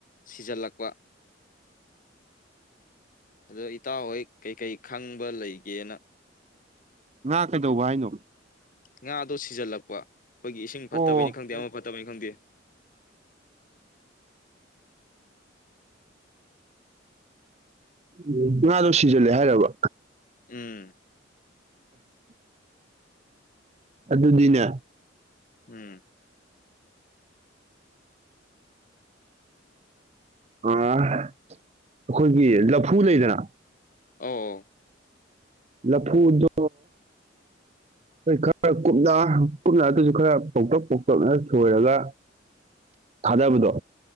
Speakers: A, on the left; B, on the right.
A: ꯁꯤꯖꯜꯂꯛꯄ ꯑꯗꯣ ꯏꯇꯥꯎꯍꯣꯏ ꯀꯩꯀꯩ ꯈꯪꯕ ꯂꯩꯒꯦꯅ
B: ꯉꯥ ꯀꯩꯗꯧꯕ ꯍꯥꯏꯅꯣ
A: ꯉꯥ ꯑꯗꯨ ꯁꯤꯖꯤꯜꯂꯛꯄ ꯑꯩꯈꯣꯏꯒꯤ ꯏꯁꯤꯡ ꯐꯠꯇꯕꯩꯅꯤ
B: ꯑꯣ
A: ꯈꯪꯗꯦ ꯑꯃ ꯐꯠꯇꯕꯩꯅꯤ ꯈꯪꯗꯦ
B: ꯎ ꯉꯥꯗꯣ ꯁꯤꯖꯤꯜꯂꯦ ꯍꯥꯏꯔꯕ
A: ꯎꯝ
B: ꯑꯗꯨꯗꯤꯅꯦ
A: ꯎꯝ
B: ꯑ ꯑꯩꯈꯣꯏꯒꯤ ꯂꯐꯨ ꯂꯩꯗꯅ
A: ꯑꯧ
B: ꯂꯐꯨꯗꯣ
A: <inaudible>
B: ꯑꯩꯈꯣꯏ ꯈꯔ ꯀꯨꯞꯅ ꯀꯨꯞꯅ ꯑꯗꯨꯁꯨ ꯈꯔ ꯄꯧꯇꯛ ꯄꯧꯇꯛꯅ ꯁꯣꯏꯔꯒ ꯊꯥꯗꯕꯗꯣ